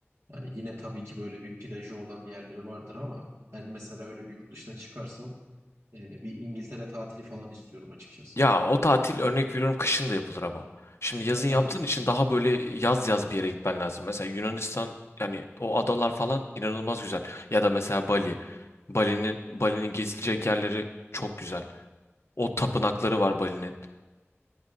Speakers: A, on the right (about 75°); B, on the left (about 65°).
A: Hani yine tabii ki böyle bir plajı olan yerleri vardır ama ben mesela öyle bir yurt dışına çıkarsam e, bir İngiltere tatili falan istiyorum açıkçası.
B: Ya o tatil örnek veriyorum kışın da yapılır ama. Şimdi yazın
A: E tabii.
B: yaptığın için daha böyle yaz yaz bir yere gitmen lazım. Mesela Yunanistan yani o adalar falan inanılmaz güzel. Ya da mesela Bali. Bali'nin Bali'nin gezilecek yerleri çok güzel. O tapınakları
A: Aynen.
B: var Bali'nin.